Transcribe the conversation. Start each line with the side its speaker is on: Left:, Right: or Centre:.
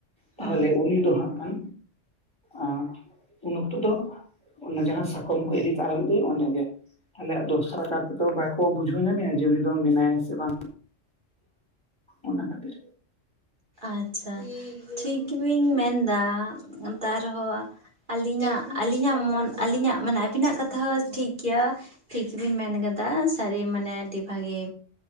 Left: ᱛᱟᱦᱚᱞᱮ
Right: ᱦᱩᱸ
Left: ᱩᱱᱤ ᱫᱚ ᱦᱟᱸᱜ ᱠᱷᱟᱱ ᱟᱸ ᱩᱱ ᱚᱠᱛᱚ ᱫᱚ ᱚᱱᱟ ᱡᱟᱦᱟᱸ ᱥᱟᱠᱚᱢ ᱠᱚ ᱤᱫᱤ ᱛᱟᱨᱟ ᱞᱤᱫᱤ ᱚᱸᱰᱮ ᱜᱮ, ᱛᱟᱦᱚᱞᱮ ᱫᱚᱥᱨᱟ ᱠᱟᱨ ᱛᱮᱫᱚ ᱵᱟᱠᱚ ᱵᱩᱡᱷᱟᱹᱣ ᱧᱟᱢᱮᱭᱟ ᱡᱮ ᱩᱱᱤ ᱫᱚ ᱢᱮᱱᱟᱭᱟ ᱥᱮ ᱵᱟᱝ ᱚᱱᱟ ᱠᱷᱟᱹᱛᱤᱨ᱾
Right: ᱟᱪᱪᱷᱟ ᱴᱷᱤᱠ ᱜᱮᱵᱮᱧ ᱢᱮᱱᱫᱟ ᱛᱟᱨ ᱨᱮᱦᱚᱸ ᱟᱹᱞᱤᱧᱟᱜ, ᱟᱹᱞᱤᱧᱟᱜ ᱢᱚᱱ, ᱟᱹᱞᱤᱧᱟᱜ ᱢᱟᱱᱮ ᱟᱹᱵᱤᱱᱟᱜ ᱠᱟᱛᱷᱟ ᱦᱚᱸ ᱴᱷᱤᱠ ᱜᱮᱭᱟ᱾ ᱴᱷᱤᱠ ᱜᱮᱵᱤᱱ ᱢᱮᱱ ᱠᱟᱫᱟ ᱥᱟᱹᱨᱤ ᱢᱟᱱᱮ ᱟᱹᱰᱤ ᱵᱷᱟᱹᱜᱤ᱾